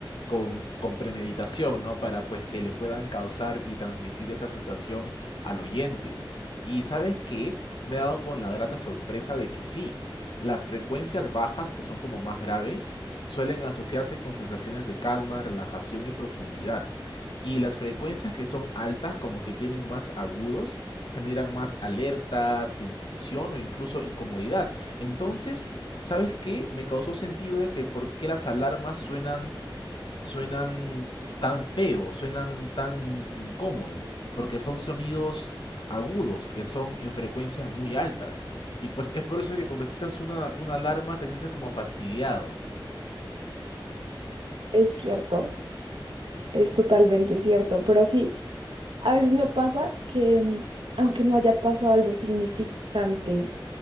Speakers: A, on the left; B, on the right.
A: con, con premeditación, ¿no? Para pues que le puedan causar y transmitir esa sensación al oyente. Y sabes qué, me he dado con la grata sorpresa de que sí, las frecuencias bajas, que son como más graves, suelen asociarse con sensaciones de calma, relajación y profundidad. Y las frecuencias que son altas, como que tienen más agudos, generan más alerta, tensión o incluso incomodidad. Entonces, ¿sabes qué? Me causó sentido de que por qué las alarmas suenan, suenan tan feo, suenan tan incómodo, porque son sonidos agudos, que son en frecuencias muy altas. Y pues es por eso que cuando escuchas una, una alarma te sientes como fastidiado.
B: Es cierto. Es totalmente cierto. Pero sí, a veces me pasa que mm, aunque no haya pasado algo significante